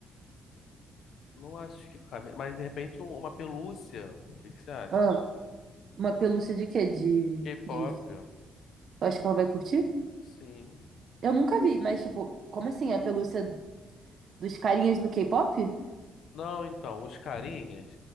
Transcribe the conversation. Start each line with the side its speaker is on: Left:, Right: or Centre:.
Left: Não acho que cabe. Mas de repente um- uma pelúcia. O que que você acha?
Right: Ah, uma pelúcia de quê? De,
Left: K-pop.
Right: de... Eu acho que ela vai curtir?
Left: Sim.
Right: Eu nunca vi, mas tipo, como assim? É pelúcia dos carinhas do K-pop?
Left: Não, então, os carinhas,